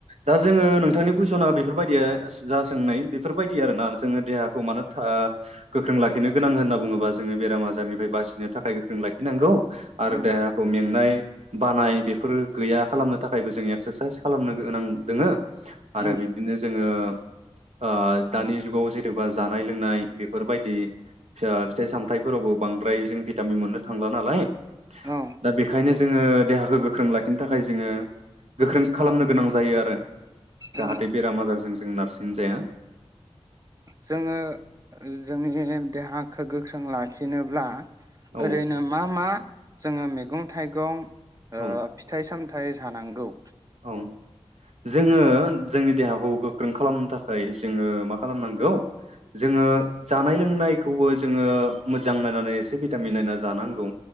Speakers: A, on the right (about 80°); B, on the right (about 35°).
A: दा जोङो नोंथांनि कुइसना बेफोरबायदिया जा सोंनाय बेफोरबायदि आरोना जोङो देहाखौ मानो आह गोख्रों लाखि खिनो गोनां होनना बुङोबा जोङो बेराम आजारनिफ्राय बासिनो थाखाय जों लाखिनांगौ। आरो
B: उम
A: देहाखौ मेंनाय बानाय बेफोर गैया खालामनो थाखायबो जों एक्सारसाइस खालामनो गोनां दोङो। आरो
B: उम
A: बिब्दिनो जोङो ओ दानि जुगाव जेनेबा जानाय लोंनाय बेफोरबायदि फिथाइ सामथाइफोरावबो बांद्राय जों भिटामिन मोननो थांला नालाय
B: औ
A: दा बेखायनो जोङो देहाखौ गोख्रों लाखिनो थाखाय जोङो गोख्रों खालामनो गोनां जायो आरो। जाहाथे
B: औ
A: बेराम आजारजों जों नारसि सिन्जाया
B: जोङो जोंनि देहाखौ गोख्रों लाखिनोब्ला
A: औ
B: ओरैनो मा मा जोङो मैगं थाइगं ओ
A: औ
B: फिथाइ सामथाय फाथाय जानांगौ।
A: औ जोङो जोंनि देहाखौ गोख्रों खालामनो थाखाय जोङो मा खालामनांगौ जोङो जानाय लोंनायखौबो जोङो मोजां नायनानै एसे भिटामिन नायना जानांगौ।